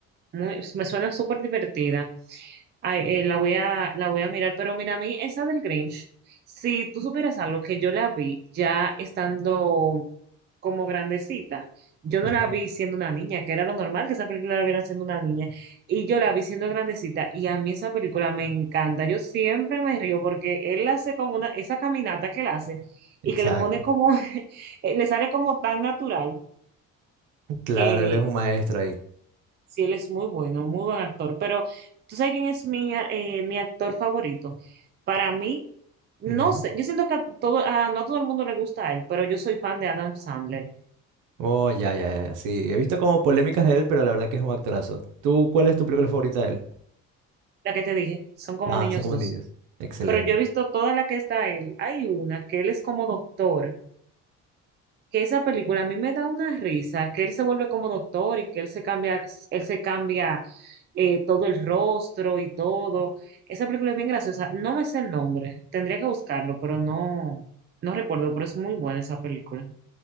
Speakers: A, on the right; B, on the right.
A: Muy, me suena súper divertida. Ay, eh, la voy a, la voy a mirar, pero mira, a mí esa del Grinch, si tú supieras algo que yo la vi ya estando como grandecita, yo no
B: Ajá,
A: la vi siendo una niña, que era lo normal que esa película la vieran siendo una niña, y yo la vi siendo grandecita, y a mí esa película me encanta, yo siempre me río porque él hace como una, esa caminata que él hace, y
B: exacto.
A: que le pone como, <laughs> le sale como tan natural.
B: Claro,
A: que
B: él es un maestro ahí.
A: Sí, él es muy bueno, muy buen actor, pero ¿tú sabes quién es mi, eh, mi actor favorito? Para mí, no
B: Ujú.
A: sé, yo siento que a todo, a, no a todo el mundo le gusta a él, pero yo soy fan de Adam Sandler,
B: Oh, ya, ya, ya. Sí, he visto como polémicas de él, pero la verdad que es un actorazo. ¿Tú cuál es tu película favorita de él?
A: la que te dije, son como
B: Ah,
A: niños
B: son como
A: dos.
B: niños. Excelente.
A: Pero yo he visto toda la que está él. Hay una que él es como doctor, que esa película a mí me da una risa, que él se vuelve como doctor y que él se cambia, él se cambia eh, todo el rostro y todo. Esa película es bien graciosa. No me sé el nombre, tendría que buscarlo, pero no, no recuerdo, pero es muy buena esa película.